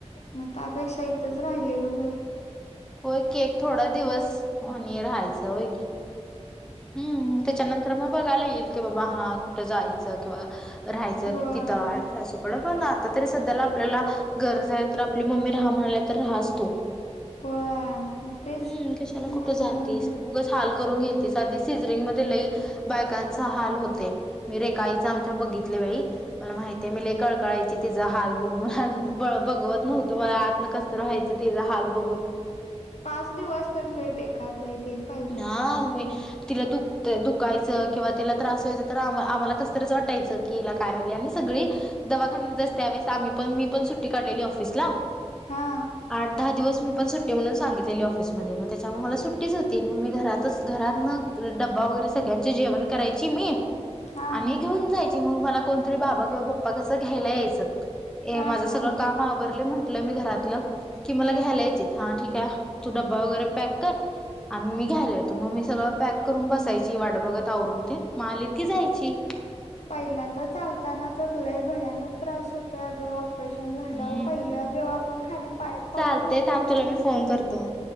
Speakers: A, on the left; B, in the centre.
A: मग त्यापेक्षा इथंच राहिलेल बरं.
B: होय की, एक थोडा दिवस आणि राहायचा होय की. हम्म, त्याच्यानंतर मग बघायला येईल की, बाबा हा कुठं जायचं किंवा - राहायचं
A: होय.
B: तिथं अस. <unintelligible> पण आता तरी सध्याला आपल्याला गरज आहे तर, आपली मम्मी राहा म्हणाल्या तर राहाच तू.
A: होय मग तेच
B: हम्म, कशाला
A: म्हणा
B: कुठे जातीस,
A: लागलं
B: उगच हाल करून घेतीस. आधीच सिजरिंग मध्ये लई बायकांचा हाल होतय, मी रेखाआईचा आमच्या बघितल्या बाई. मला माहितीये, मी लय कळकळायची तिचा हाल बघून. बळ बघवत नव्हतं, मला आतन कसतर व्हायचं तिच हाल बघून.
A: पाच दिवस तर लय बेकार बाई ते. पहिलं
B: <unintelligible> तिला दुख दुखायचं किंवा तिला त्रास व्हायचं तर आम आम्हाला कसंतर वाटायचं की, तिला काय झाले आणि सगळी- दवाखान्यातच त्यावेळेस आम्ही पण मी पण, सुट्टी काढलेली ऑफिसला.
A: हा
B: आठ, दहा दिवस मी पण सुट्टी म्हणून सांगितलेली ऑफिसमध्ये, मग त्याच्यामुळे मला सुट्टीच हो- ते, मग मी घरातच घरात ना डब्बा वगैरे, सगळ्यांचे जेवण करायचे- ची मी
A: हा
B: आणि घेऊन जायची मग मला कोणतरी बाबा किंवा प- प्पा कस घ्यायला यायचं. ये
A: हा
B: माझं
A: हा
B: सगळं
A: हा
B: काम आवरले म्हंटलं मी घरातलं - कि, मला
A: हा
B: घ्यायला यायचीत. हा ठीक आहे, तू डब्बा वगैरे पॅक कर- आणि मी घ्यायला येतो, मग मी सगळं पॅक करून बसायची, वाट बघत आवरून तेन आलेत की जायची.
A: पहिल्यांदा चालताना तर लय भयानक त्रास होतोय आग. आँपरेशन झाल्यावर
B: हम्म
A: पहिला जेव्हा आपण खाली पाय पाऊल
B: चालतय
A: ठेवतोय
B: थांब
A: की
B: तुला
A: नाही-
B: मी फोन करतो